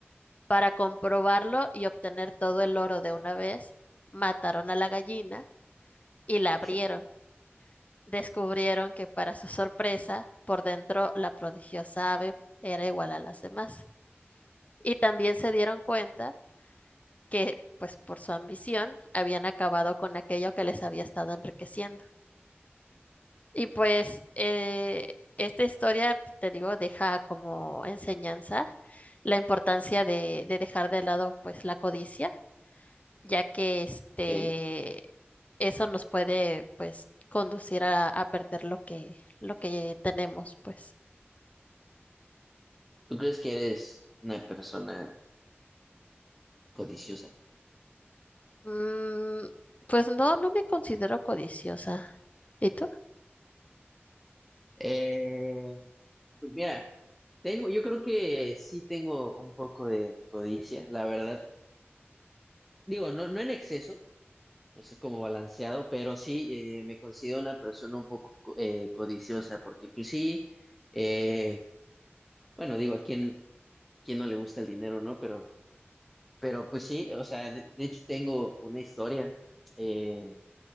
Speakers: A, on the left; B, in the centre.
A: Para comprobarlo y obtener todo el oro de una vez, mataron a la gallina y la abrieron.
B: Check.
A: Descubrieron que para su sorpresa, por dentro la prodigiosa ave era igual a las demás. Y también se dieron cuenta que, pues por su ambición, habían acabado con aquello que les había estado enriqueciendo. Y pues eh, esta historia, te digo, deja como enseñanza la importancia de, de dejar de lado pues la codicia, ya que este
B: Ok.
A: eso nos puede pues conducir a, a perder lo que, lo que tenemos, pues.
B: ¿Tú crees que eres una persona codiciosa?
A: Mm, pues no, no me considero codiciosa. ¿Y tú?
B: Eh, pues mira, tengo, yo creo que sí tengo un poco de codicia, la verdad. Digo, no, no en exceso, no sé, como balanceado, pero sí eh, me considero una persona un poco co- eh, codiciosa, porque pues sí, eh, bueno, digo, ¿a quién, quién no le gusta el dinero, no? Pero Pero pues sí, o sea, de, de hecho tengo una historia eh,